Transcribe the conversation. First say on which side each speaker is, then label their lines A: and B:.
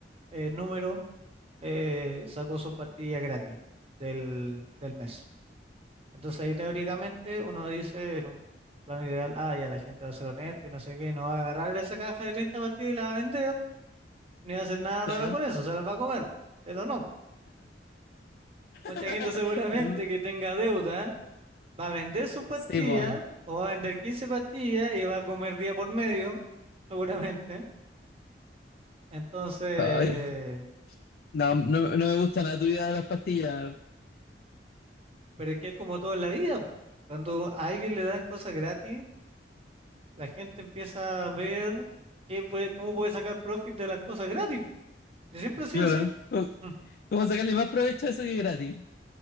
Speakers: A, on the right (about 35°); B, on the left (about 55°).
A: eh, número eh, sacó su pastilla gratis del, del mes. Entonces ahí teóricamente uno dice en un plano ideal, ah, ya la gente va a ser honesta y no sé qué, no va a agarrar esa caja de 30 pastillas y la va a vender, ni va a hacer nada
B: Claro.
A: raro con eso, se las va a comer. Pero no,
B: <laughs>
A: mucha gente seguramente
B: No,
A: que tenga deuda va a vender su pastilla
B: sí, pues.
A: o va a vender 15 pastillas y va a comer día por medio, seguramente. Entonces,
B: Ay, no, no, no me gusta nada tu idea de las pastillas.
A: pero es que es como todo en la vida. Cuando a alguien le dan cosas gratis, la gente empieza a ver qué puede- cómo puede sacar profit de las cosas gratis. ¿Y siempre ha sido
B: Claro.
A: así?
B: cómo
A: Mm,
B: como sacarle más provecho a eso que es gratis.